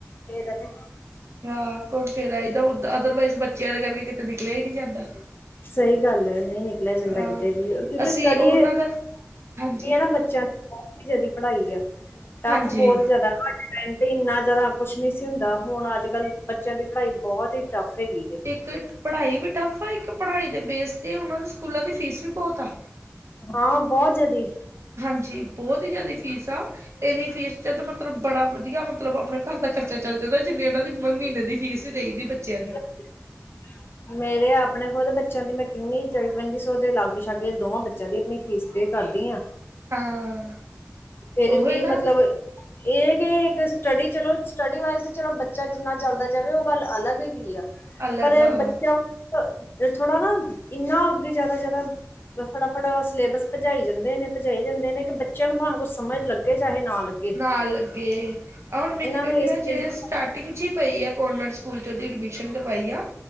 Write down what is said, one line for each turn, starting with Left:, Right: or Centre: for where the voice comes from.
Left: ਏਦਾ ਤੇ।
Right: ਹਾਂ ਘੁੰਮ ਫੇਰ ਆਏਦਾ ਓਦਾ ਅਦਰਵਾਈਜ਼ ਬੱਚਿਆਂ ਦੇ ਕਰਕੇ ਕਿਤੇ ਨਿਕਲਿਆ ਹੀ ਨੀ ਜਾਂਦਾ।
Left: ਸਹੀ ਗੱਲ ਐ ਨਈ ਨਿਕਲਿਆ ਜਾਂਦਾ
Right: ਹਾਂ
Left: ਕਿਤੇ ਵੀ ਕਿਉਂਕਿ
Right: ਅਸੀਂ
Left: ਸਟਡੀ
Right: ਉਹਨਾਂ ਦਾ ਹਾਂਜੀ
Left: ਏ ਨਾ ਬੱਚਿਆਂ ਦੀ ਬਹੁਤ ਔਖੀ ਪੜ੍ਹਾਈ ਆ, ਟਫ
Right: ਹਾਂਜੀ
Left: ਬਹੁਤ ਜਿਆਦਾ ਨਾ ਟਾਇਮ ਤੇ ਇੰਨਾ ਜ਼ਿਆਦਾ ਕੁਛ ਨਹੀਂ ਸੀ ਹੁੰਦਾ। ਹੁਣ ਅੱਜ-ਕੱਲ੍ਹ ਬੱਚਿਆਂ ਦੀ ਪੜ੍ਹਾਈ ਬਹੁਤ ਹੀ ਟੱਫ ਹੈਗੀ। ਜੇ
Right: ਇੱਕ ਪੜ੍ਹਾਈ ਵੀ ਟੱਫ ਆ, ਇੱਕ ਪੜ੍ਹਾਈ ਦੇ ਬੇਸ ਤੇ ਉਹਨਾਂ ਦੇ ਸਕੂਲਾਂ ਦੀ ਫੀਸ ਵੀ ਬਹੁਤ ਆ।
Left: ਹਾਂ ਬਹੁਤ ਜ਼ਿਆਦੀ
Right: ਹਾਂਜ ਬੋਤ ਹੀ ਜ਼ਿਆਦੀ ਫੀਸ ਆ। ਇੰਨੀ ਫੀਸ ਚ ਮਤਲਬ ਬੜਾ ਵਧੀਆ ਮਤਲਬ ਅਪਣੇ ਘਰ ਦਾ ਖਰਚਾ ਚੱਲ ਜਾਂਦਾ, ਜਿੰਨੀ ਇਹਨਾਂ ਦੀ ਮਹੀਨੇ ਦੀ ਫੀਸ ਹੀ ਦਈ ਦੀ ਬੱਚਿਆਂ ਦੀ।
Left: <inaudible> ਮੇਰੇ ਆਪਣੇ ਖੁਦ ਬੱਚਿਆਂ ਦੀ ਮੈਂ ਕਿੰਨੀ ਚੌਵੀ-ਪੰਜੀ ਸੌ ਤੇ ਲਗੇ ਛਾਗੇ ਦੋਵਾਂ ਬੱਚੇਆਂ ਤੇ ਮੈਂ ਵੀ ਆਪਣੀ ਫੀਸ ਪੇ ਕਰਦੀ ਆਂ।
Right: ਹਾਂ।
Left: ਫੇਰ
Right: ਉਹੀ
Left: ਵੀ
Right: ਨਾ
Left: ਮਤਲਬ ਇਹ ਕੇ ਏਕ ਸਟੱਡੀ ਚਲੋ ਸਟੱਡੀ ਵਾਈਜ਼ ਚਲੋ ਬੱਚਾ ਜਿੰਨਾ ਚੱਲਦਾ ਜਾਵੇ, ‌ਉਹ ਗੱਲ ਅਲੱਗ ਹੈਗੀ ਆ।
Right: ਅਲੱਗ
Left: ਪਰ
Right: ਆ
Left: ਬੱਚਾ ਥੋੜਾ ਨਾ ਇਨਾ ਅੱਗੇ ਜਿਆਦਾ-ਜਿਆਦਾ ਫਟਾਫਟ ਸਲੇਬਸ ਭਜਾਈ ਜਾਂਦੇ ਨੇ, ‌ਭਜਾਈ ਜਾਂਦੇ ਨੇ ਕਿ ਬੱਚਿਆਂ ਨੂੰ ਪਾਵੇ ਕੁਛ ਸਮਝ ਲਗੇ ਚਾਹੇ ਨਾ ਲਗੇ।
Right: ਨਾ ਲਗੇ। ਹੁਣ ਮੇਰੀ
Left: ਨੂੰ
Right: ਬੇਟੀ
Left: ਇਸ
Right: ਹਜੇ
Left: ਚੀਜ਼ ਦਾ
Right: ਸਟਾਰਟਿੰਗ ਤੇ ਚ ਹੀ ਪਈ ਆ ਕਾਨਵੈਂਟ ਸਕੂਲ ਚ ਉਹਦੀ ਐਡਮਿਸ਼ਨ ਕਰਵਾਈ ਆ।